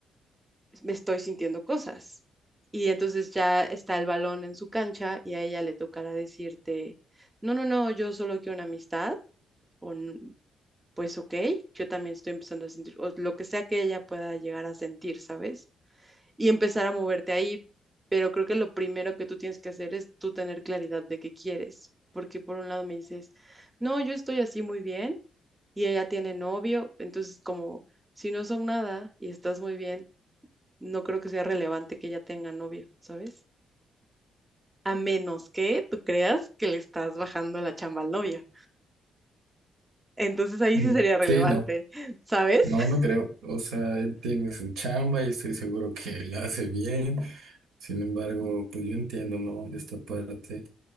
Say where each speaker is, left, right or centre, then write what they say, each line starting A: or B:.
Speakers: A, on the right; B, on the right.
A: Me estoy sintiendo cosas. Y entonces ya está el balón en su cancha y a ella le tocará decirte, no, no, no, yo solo quiero una amistad, o "N- pues ok, yo también estoy empezando a sentir, o lo que sea que ella pueda llegar a sentir, ¿sabes? y empezar a moverte ahí. Pero creo que lo primero que tú tienes que hacer es tú tener claridad de qué quieres. Porque por un lado me dices, no, yo estoy así muy bien y ella tiene novio. Entonces, como si no son nada y estás muy bien, no creo que sea relevante que ella tenga novio, ¿sabes? A menos que tú creas que le estás bajando la chamba al novio. Entonces ahí
B: Mm,
A: sí sería relevante,
B: Sí, no,
A: ¿sabes?
B: no,
A: <laughs>
B: no creo. O sea, él tiene su chamba y estoy seguro que la hace bien. Sin embargo, pues yo entiendo, ¿no? Esta parte.